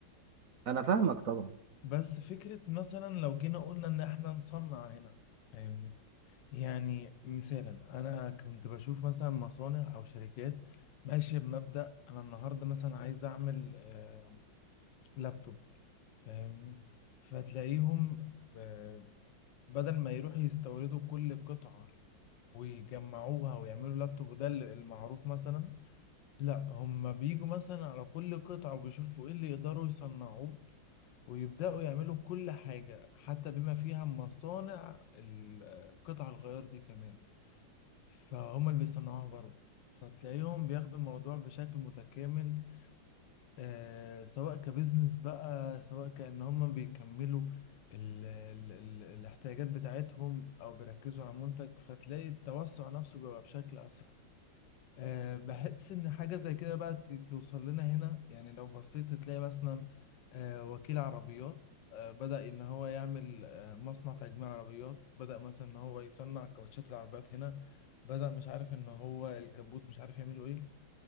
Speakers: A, on the right; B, on the left.
A: انا فاهمك طبعا
B: بس فكرة مثلا لو جينا قلنا إن إحنا نصنع هنا فاهمني يعني مثالا أنا كنت بشوف مثلا مصانع أو شركات ماشية بمبدأ أنا النهاردة مثلا عايز أعمل آه، لابتوب فاهمني فتلاقيهم ب- بدل ما يروحوا يستوردوا كل قطعة ويجمعوها ويعملوا لابتوب وده ال- المعروف مثلا لا هم بيجوا مثلا على كل قطعة وبيشوفوا ايه اللي يقدروا يصنعوه ويبدأوا يعملوا كل حاجة حتى بما فيها مصانع ال- آه، قطع الغيار دي كمان فهم اللي بيصنعوها برضه فتلاقيهم بياخدوا الموضوع بشكل متكامل آه، سواء كبزنس بقى سواء كأن هم بيكملوا ال ال ال الاحتياجات بتاعتهم أو بيركزوا على منتج فتلاقي التوسع نفسه بيبقى بشكل أسرع آه، بحس إن حاجة زي كده بقى ت- توصل لنا هنا يعني لو بصيت تلاقي مثلا آه، وكيل عربيات آه، بدأ إن هو يعمل آه، مصنع تجميع عربيات بدأ مثلا إن هو يصنع كاوتشات العربيات هنا بدأ مش عارف إن هو الكبوت مش عارف يعمله إيه